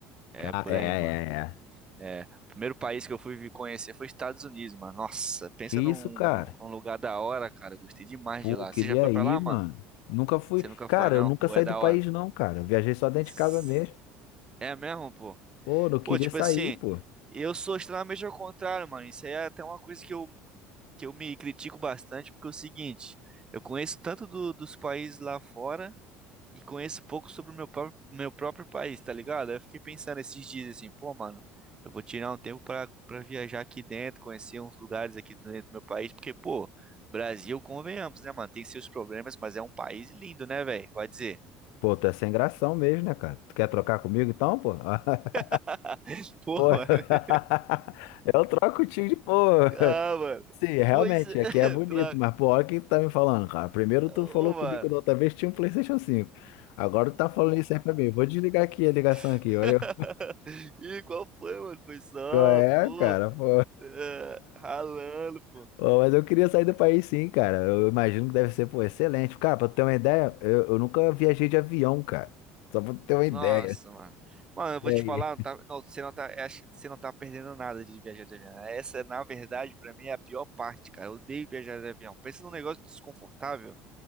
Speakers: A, on the right; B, on the left.
A: É,
B: Cara,
A: por
B: é, é,
A: aí, mano.
B: é.
A: É, o primeiro país que eu fui vi- conhecer foi Estados Unidos, mano. Nossa, pensa
B: Que isso,
A: num,
B: cara?
A: num lugar da hora, cara. Eu gostei demais
B: Pô,
A: de lá.
B: queria
A: Você já foi
B: ir,
A: pra lá,
B: mano.
A: mano?
B: Nunca fui.
A: Você nunca
B: Cara,
A: foi, não?
B: eu nunca
A: Pô,
B: saí
A: é da
B: do país,
A: hora.
B: não, cara. Eu viajei só dentro
A: S-
B: de casa mesmo.
A: É mesmo, pô?
B: Pô, não queria
A: Pô, tipo
B: sair,
A: assim,
B: pô.
A: eu sou extremamente ao contrário, mano. Isso aí é até uma coisa que eu, que eu me critico bastante, porque é o seguinte, eu conheço tanto do- dos países lá fora e conheço pouco sobre o meu próprio, meu próprio país, tá ligado? Aí Eu fiquei pensando esses dias assim, pô, mano, eu vou tirar um tempo pra, pra viajar aqui dentro, conhecer uns lugares aqui dentro do meu país, porque, pô, Brasil, convenhamos, né, mano? Tem seus problemas, mas é um país lindo, né, velho? Vai dizer.
B: Pô, tu é sem gração mesmo, né, cara? Tu quer trocar comigo então, pô? <laughs>
A: <laughs> Pô,
B: Pô,
A: mano.
B: <laughs> eu troco contigo de pô.
A: Ah, mano.
B: Sim, realmente,
A: Pois é,
B: aqui
A: <laughs>
B: é bonito,
A: tra...
B: mas pô, olha o que tu tá me falando, cara. Primeiro
A: Ô,
B: tu falou
A: mano.
B: comigo da outra vez que tinha um PlayStation cinco. Agora tu tá falando isso aí pra mim. Vou desligar aqui a ligação
A: <laughs>
B: aqui, olha.
A: Ih, qual foi, mano? Foi só,
B: Qual é,
A: pô,
B: cara? Pô.
A: é, ralando, pô.
B: <laughs> Ô, mas eu queria sair do país sim, cara. Eu imagino que deve ser, pô, excelente. Cara, pra tu ter uma ideia, eu, eu nunca viajei de avião, cara. Só pra tu ter uma
A: Nossa,
B: ideia.
A: mano. Mano, eu
B: E
A: vou
B: aí?
A: te falar, não tá- não, você não tá, é, acho- você não tá perdendo nada de viajar de avião. Essa, na verdade, pra mim é a pior parte, cara. Eu odeio viajar de avião. Pensa num negócio desconfortável.